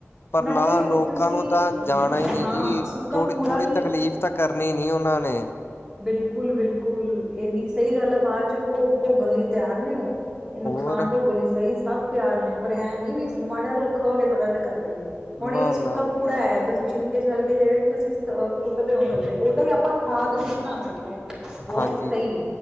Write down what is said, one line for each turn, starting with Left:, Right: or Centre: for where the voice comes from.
Left: ਪਰ
Right: ਨਾਲੇ
Left: ਨਾ ਲੋਕਾਂ
Right: ਤੁਸੀਂ
Left: ਨੂੰ ਤਾਂ ਜਾਣਾ
Right: ਜੇ
Left: ਹੀ ਨਹੀਂ
Right: ਹਾਂ
Left: ਜੀ।
Right: ਸੁੱਕਾ
Left: ਥੋੜੀ
Right: ਕੂੜਾ
Left: -ਥੋੜ੍ਹੀ
Right: ਵੀ
Left: ਤਕਲੀਫ਼ ਤਾਂ ਕਰਨੀ ਨਹੀਂ ਉਹਨਾਂ ਨੇ।
Right: ਬਿਲਕੁਲ- ਬਿਲਕੁਲ। ਇੰਨੀ ਸਹੀ ਗੱਲ ਆ ਬਾਅਦ ਚ' ਭੋ- ਭੋਗਣ ਲਈ ਤਿਆਰ ਨੇ ਉਹ। ਇਹ ਨੁਕਸਾਨ
Left: ਹੋਰ
Right: ਭੋਗਣ ਲਈ ਸਹੀ ਸਭ ਪਿਆਰ ਨੇ, ਪਰ ਐਂ ਨੀ ਵੀ ਮਾੜਿਆਂ ਔਖਾ ਹੋ ਕੇ ਥੋੜ੍ਹਾ ਜਿਹਾ ਕਰ ਲਈਏ। ਹੁਣ
Left: ਨਾ
Right: ਇਹ ਸੁੱਕਾ
Left: ਨਾ ਜੀ
Right: ਕੂੜਾ ਹੈ ਤੁਸੀਂ ਛਿਕ ਛਲਕੇ ਜਿਹੜੇ ਵੀ ਤੁਸੀਂ ਸੁੱਕਦੇ ਹੋ ਸਕੱਲੇ, ਉਹਦਾ ਵੀ ਆਪਾਂ ਖਾਦ ਵੀ ਬਣਾ ਸਕਦੇ ਹਾਂ। ਬਹੁਤ
Left: ਹਾਂਜੀ।
Right: ਸਹੀ